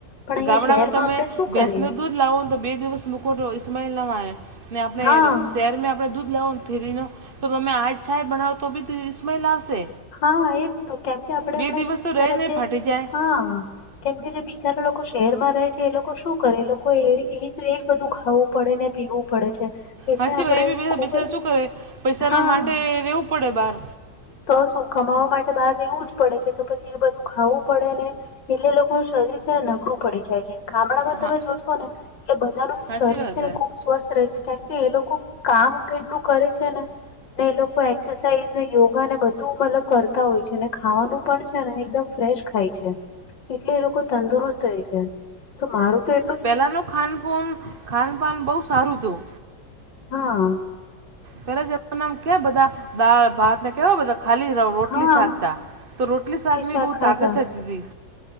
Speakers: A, on the left; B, on the right.
A: પણ અહિયાં
B: ગામડામાં
A: શહેરમાં
B: તમે
A: આપણેે શું કરીએ.
B: ભેંસનું દૂધ લાવો તો બે દિવસ મુકો તો ઇસ્માઇલ ના માળે ને આપણે
A: હા
B: શહેરમેં આપણે દૂધ લાવોન થેલીનું તો તમે આજ છાય બનાવો તો બી ઈસ્માઈલ આવશે
A: હા એજ તો કેમ કે આપડે
B: બે
A: હમણા
B: દિવસ
A: જ બિચારા
B: તો રહે નહીં
A: જે
B: ફાટી જાય
A: હા કેમ કે જે બિચારા લોકો શહેરમાં રહે છે એ લોકો શું કરે એ લોકો એ એજ બધું ખાવું પડે ને પીવું પડે છે. એટલે
B: હાચી
A: આપડે
B: વાય એ બી
A: ખુબ
B: બેચારા શું કરે પૈસા
A: હા
B: ના માટે રેવું પડે બાર
A: તો શું કમાવા માટે બહાર રહેવું જ પડે છે તો પછી એ બધું ખાવું પડે ને એટલે લોકોનું શરીર છે ને નબડુ પડી જાય છે, ગામડામાં
B: હા
A: તમે જોશો ને એ બધાનું
B: સાચી
A: શરીર
B: વાત
A: છે ને ખુબ સ્વસ્થ રહે છે કેમ કે એ લોકો કામ કેટલું કરે છે ને ને એ લોકો એક્સરસાઇઝ ને યોગ ગા ને બધું મતલબ કરતા હોય છે ને ખાવાનું પણ છે ને એકદમ ફ્રેશ ખાય છે એટલે એ લોકો તંદુરસ્ત રે છે તો મારું તો એ
B: પહેલાનું ખાનપૂન ખાનપાન બઉ સારું હતું.
A: હા.
B: પેલા જમાંનામ કે બધા દાળ ભાત ને કેવા બધા ખાલી ર રોટલી
A: હા
B: શાકતા તો રોટલી શાકવી
A: શાક
B: બહુ
A: ખાતા
B: તાકાત હતી તી